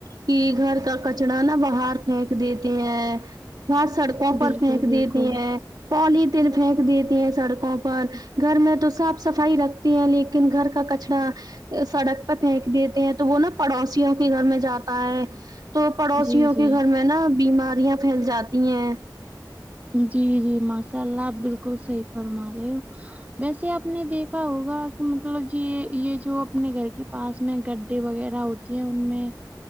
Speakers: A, on the right; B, on the right.
A: کہ گھر کا کچڑا نا باہر پھینک دیتے ہیں وہاں سڑکوں
B: بالکل
A: پر پھینک
B: بالکل
A: دیتے ہیں پولی تھن پھینک دیتے ہیں سڑکوں پر گھر میں تو صاف صفائی رکھتی ہیں لیکن گھر کا کچرا سڑک پہ پھینک دیتے ہیں تو وہ نا پڑوسیوں کے گھر میں جاتا ہے تو پڑوسیوں
B: جی جی
A: کے گھر میں نا بیماریاں پھیل جاتی ہیں
B: جی جی ماشاء اللہ آپ بالکل صحیح فرما رہے ہو ویسے آپ نے دیکھا ہوگا کہ مطلب جے یہ جو اپنے گھر کے پاس میں گڈے وغیرہ ہوتی ہیں ان میں